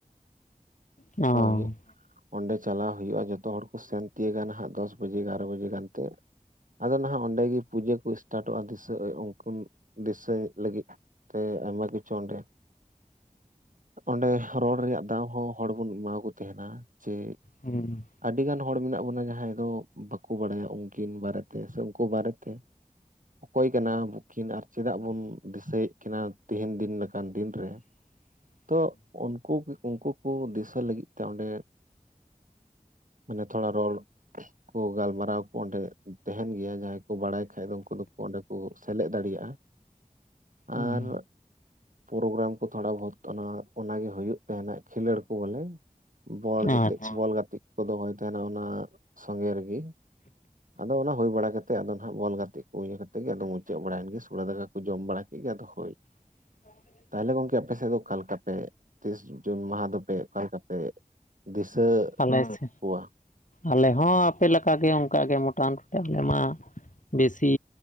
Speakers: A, on the left (about 65°); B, on the right (about 65°).
A: ᱚᱸ
B: ᱦᱳᱭ ᱚᱸᱰᱮ ᱪᱟᱞᱟᱣ ᱦᱩᱭᱩᱜᱼᱟ ᱡᱚᱛᱚ ᱦᱚᱲ ᱠᱚ ᱥᱮᱱ ᱛᱤᱭᱜ ᱦᱟᱸᱜ ᱫᱚᱥ ᱵᱟᱡᱮ ᱮᱜᱟᱨᱚ ᱵᱟᱡᱮ ᱜᱟᱱᱛᱮ ᱟᱫᱚ ᱱᱟᱦᱟᱜ ᱚᱸᱰᱮ ᱜᱮ ᱯᱩᱡᱟᱹ ᱠᱚ ᱮᱴᱟᱴᱚᱜᱼᱟ ᱫᱤᱥᱟᱹ ᱩᱱᱠᱩ ᱫᱤᱥᱟᱹᱭ ᱞᱟᱹᱜᱤᱫ ᱛᱮ ᱟᱭᱢᱟ ᱠᱤᱪᱷᱩ ᱚᱸᱰᱮ ᱚᱸᱰᱮ ᱨᱚᱲ ᱨᱮᱭᱟᱜ ᱫᱟᱣ ᱦᱚᱸ ᱦᱚᱲ ᱵᱚᱱ ᱮᱢᱟ ᱠᱚ ᱛᱟᱦᱮᱱᱟ ᱡᱮ
A: ᱦᱩᱸ
B: ᱟᱹᱰᱤ ᱜᱟᱱ ᱦᱚᱲ ᱢᱮᱱᱟᱜ ᱵᱚᱱᱟ ᱡᱟᱦᱟᱸᱭ ᱫᱚ ᱵᱟᱠᱚ ᱵᱟᱰᱟᱭᱟ ᱤᱧ ᱵᱟᱨᱮᱛᱮ ᱥᱮ ᱩᱱᱠᱩ ᱵᱟᱨᱮᱛᱮ ᱚᱠᱚᱭ ᱠᱟᱱᱟ ᱩᱱᱠᱤᱱ ᱠᱤᱱ ᱟᱨ ᱪᱮᱫᱟᱜ ᱵᱚᱱ ᱫᱤᱥᱟᱹᱭᱮᱫ ᱠᱤᱱᱟ ᱛᱮᱦᱮᱧ ᱫᱤᱱ ᱞᱮᱠᱟᱱ ᱫᱤᱱ ᱨᱮ
A: <inaudible>
B: ᱛᱚ ᱩᱱᱠᱩ ᱩᱱᱠᱩ ᱠᱚ ᱫᱤᱥᱟᱹ ᱞᱟᱹᱜᱤᱫ ᱛᱮ ᱚᱸᱰᱮ ᱢᱟᱱᱮ ᱛᱷᱚᱲᱟ ᱨᱚᱲ ᱠᱚ ᱜᱟᱞᱢᱟᱨᱟᱣ ᱠᱚ ᱚᱸᱰᱮ ᱛᱟᱦᱮᱱ ᱜᱮᱭᱟ ᱡᱟᱦᱟᱸᱭ ᱠᱚ ᱵᱟᱲᱟᱭ ᱠᱷᱟᱡ ᱫᱚ ᱩᱱᱠᱩ ᱫᱚ ᱚᱸᱰᱮ ᱠᱚ ᱥᱮᱞᱮᱫ ᱫᱟᱲᱮᱭᱟᱜᱼᱟ
A: ᱦᱩᱸ
B: ᱟᱨ ᱯᱨᱳᱜᱨᱟᱢ ᱠᱚ ᱛᱷᱚᱲᱟ ᱵᱚᱦᱩᱛ ᱚᱱᱟᱜᱮ ᱦᱩᱭᱩᱜ ᱛᱟᱦᱮᱱᱟ ᱠᱷᱮᱞᱳᱰ ᱠᱚ ᱵᱚᱞᱮ ᱵᱚᱞ ᱜᱟᱛᱮᱜ
A: ᱟᱪᱪᱷᱟ
B: ᱵᱚᱞ ᱜᱟᱛᱮᱜ ᱠᱚ ᱫᱚᱦᱚᱭ ᱛᱟᱦᱮᱱᱟ ᱚᱱᱟ ᱥᱚᱸᱜᱮ ᱨᱮᱜᱮ ᱟᱫᱚ ᱚᱱᱟ ᱦᱩᱭ ᱵᱟᱲᱟ ᱠᱟᱛᱮᱫ ᱟᱫᱚ ᱱᱟᱟᱜ ᱵᱚᱞ ᱜᱟᱛᱮᱜ ᱠᱚ ᱤᱭᱟᱹ ᱠᱟᱛᱮ ᱜᱮ ᱟᱫᱚ ᱢᱩᱪᱟᱹᱫ ᱵᱟᱲᱟᱭᱮᱱ ᱜᱮ ᱥᱩᱲᱟᱹ ᱫᱟᱠᱟ ᱠᱚ ᱡᱚᱢ ᱵᱟᱲᱟ ᱠᱮᱫ ᱜᱮ ᱟᱫᱚ ᱦᱳᱭ
A: <inaudible>
B: ᱛᱟᱦᱚᱞᱮ ᱜᱚᱝᱠᱮ ᱟᱯᱮ ᱥᱮᱫ ᱫᱚ ᱚᱠᱟ ᱞᱮᱠᱟ ᱯᱮ ᱛᱤᱥ ᱡᱩᱱ ᱢᱟᱦᱟ ᱫᱚᱯᱮ ᱚᱠᱟ ᱞᱮᱠᱟ ᱯᱮ ᱫᱤᱥᱟᱹ
A: ᱟᱞᱮ ᱥᱮ
B: ᱠᱚᱣᱟ
A: ᱟᱞᱮ ᱦᱚᱸ ᱟᱯᱮ ᱞᱮᱠᱟᱜᱮ ᱚᱱᱠᱟᱜᱮ ᱢᱚᱴᱟᱢᱩᱴᱤ ᱟᱞᱮ ᱢᱟ ᱵᱮᱥᱤ